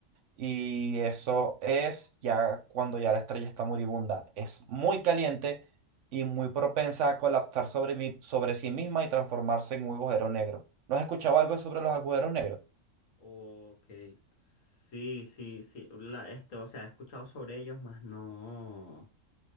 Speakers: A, on the right; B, on the left.
A: Y eso es ya cuando ya la estrella está moribunda. Es muy caliente y muy propensa a colapsar sobre, mí- sobre sí misma y transformarse en un agujero negro. ¿No has escuchado algo sobre los agujeros negros?
B: Ok, sí, sí, sí, la, este, o sea, he escuchado sobre ellos, mas no,